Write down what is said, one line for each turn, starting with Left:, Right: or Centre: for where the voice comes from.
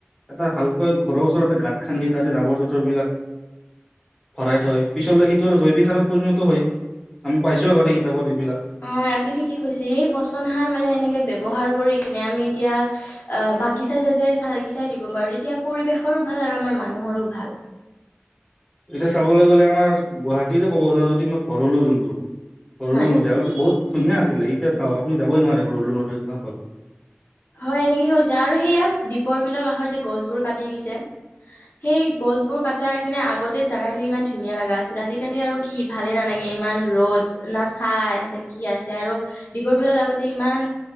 Centre: এটা ভালকৈ ঘৰৰ ওচৰতে গাঁত খান্দি তাতে জাবৰ জোঁথৰ বিলাক ভৰাই থৈ, পিছলৈ সেইটো আৰু জৈৱিক সাৰত পৰিণত হয়। আমি পাইছো আগতে কিতাপত এইবিলাক।
Left: অ আপুনি ঠিকে কৈছে। সেই পচন সাৰ মানে এনে ব্যৱহাৰ কৰি কিনে আমি এতিয়া বাগিচা চাগাই বাগিচা দিব পাৰো। তেতিয়া পৰিৱেশৰ ভাল আৰু আমাৰ মানুহৰো ভাল।
Centre: এতিয়া চাবলৈ গ'লে আমাৰ গুৱাহাটীত ক'ব যা যদি মই ভৰলো যোনটো, ভৰলো
Left: হয়,
Centre: নদী আগতে বহুত ধুনীয়া আছিলে। এতিয়া চাওক আপুনি যাবই নোৱাৰে ভৰুলো নদীৰ কাষত।
Left: হয় এনেকে কৈছে আৰু সেইয়া দীপৰ বিলৰ কাষৰ যে গছবোৰ কাটি দিছে। সেই গছ বোৰ কটাই কিনে আগতে জেগা খিনি ইমান ধুনীয়া লগা আছিল। আজিকালি আৰু কি ভালে নালাগে। ইমান ৰ'দ, না চাই আছে কি আছে আৰু দীপৰ বিলত আগতে ইমান